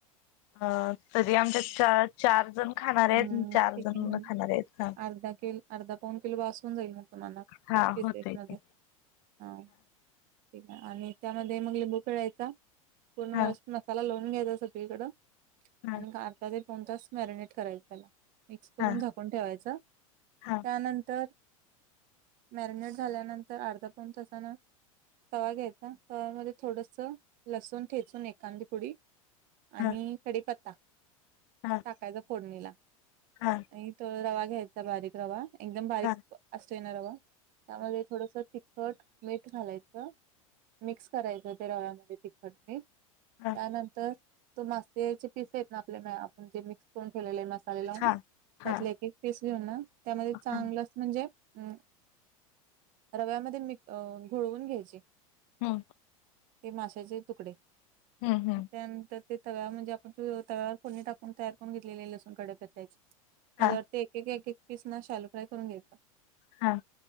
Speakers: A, on the left; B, on the right.
A: अ तरी आमच्या चार. जण खाणारे आहेत
B: हम्
A: चार
B: ठीक
A: जण
B: आहे मग
A: खाणारे आहेत हा
B: अर्धा किल अर्धा पाऊन किलो बासून जाईल मग. तुम्हाला
A: हा
B: फेसेस
A: होतय की
B: मध्ये हा. ठीक आहे आणि त्यामध्ये मग लिंबू पिळायचा पूर्ण व्यवस्थ.
A: हा
B: मसाला लावून घ्यायचा सगळीकडं
A: हा
B: आणि अर्धा ते पाऊण तास मॅरिनेट करायचं. मिक्स करून
A: हा
B: झाकून ठेवायचं
A: हा
B: त्यानंतर. मॅरिनेट झाल्यानंतर अर्धा पाऊण तासानं. तवा घ्यायचा तवामध्ये थोडसं लसूण ठेचून एकांदीपुडी. आणि
A: हा
B: कडीपत्ता
A: हा हा
B: टाकायचा फोडणीला.
A: हा.
B: आणि तो रवा घ्यायचा बारीक रवा एकदम बारीक
A: हा
B: असतोयं ना रवा. त्यामध्ये थोडसं तिखट. मीठ घालायचं मिक्स करायचं ते रव्यामध्ये तिखट मीठ.
A: हा.
B: नंतर ते मास्याचे पिस आहेत ना आपले आपण जे मिक्स करून ठेवलेले मासे.
A: हा
B: त्यातले
A: हा
B: एक एक पीस घेऊन ना त्यामध्ये
A: हा
B: चांगलं. म्हणजे अ रव्यामध्ये मिक्स म घोळवून घ्यायची.
A: ह.
B: ते माशाचे तुकडे
A: हम्म हम्म
B: त्यानंतर ते. तव्यावर म्हणजे आपण तव्यावर फोडणी टाकून तयार करून घेतलेले लसून कडे पेचायचे. त्याच्यावरती
A: हा
B: एक एक एक एक पीस ना शॅल फ्राय करून घ्यायचं.
A: हा.